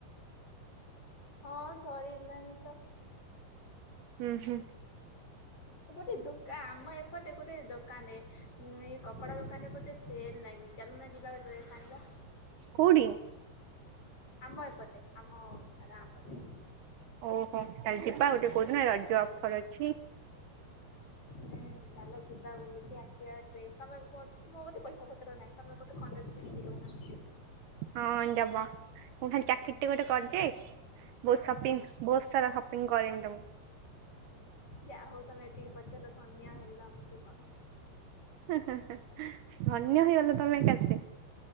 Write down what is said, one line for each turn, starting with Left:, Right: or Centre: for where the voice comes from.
Left: ହଁ ସରିଲାନି ତ
Right: ହୁଁ ହୁଁ।
Left: ଗୋଟେ ଦୋକା ଆମ ଏପଟେ ଗୋଟେ ଦୋକାନ ରେ କପଡା ଦୋକାନ ରେ ଗୋଟେ ସେଲ ନାଗିଚି ଚାଲୁନ ଯିବା। ଚାଲ ଡ୍ରେସ୍ ଆଣିବା।
Right: କୋଉଠି?
Left: ଆମ ଏପଟେ ଆମ ଗାଁ ପଟେ।
Right: ଓହୋ ତାହଲେ ଯିବା ଗୋଟେ କୋଉ ଦିନ ରଜ ଅଫର ଅଛି।
Left: ହୁଁ ଚାଲ ଯିବା ବୁଲିକି ଆସିବା ଟ୍ରେସ୍ ତମେ କୁହତ ମୋ ବୋଧେ ପଇସା ପତ୍ର ନାହିଁ ତମେ ଗୋଟେ ଖଣ୍ଡେକୁ କିଣିକି ଦେଉନା।
Right: ହଁ ଦବା ମୁଁ ଖାଲି ଚାକିରି ଟେ ଗୋଟେ କରି ଯାଏ। ଯୋଉ ସପିଙ୍ଗସ୍‌ ବହୁତ ସାରା ସପିଙ୍ଗ କରେଇମି ତମକୁ।
Left: ଯାହା ହଉ ତମେ ଏତିକି ପଚାରିଲ ଧନ୍ୟ ହେଲା ମୋ ଜୀବନ।
Right: ହିଁ ହିଁ ଧନ୍ୟ ହେଇଗଲ ତମେ ଏକାଥିରକେ।